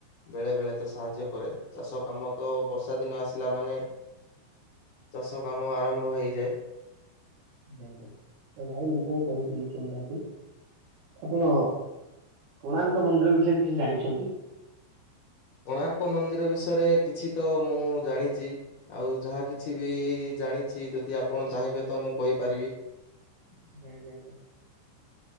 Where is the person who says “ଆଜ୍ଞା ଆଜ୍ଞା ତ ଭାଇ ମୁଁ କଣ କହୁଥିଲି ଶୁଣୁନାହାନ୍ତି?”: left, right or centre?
Right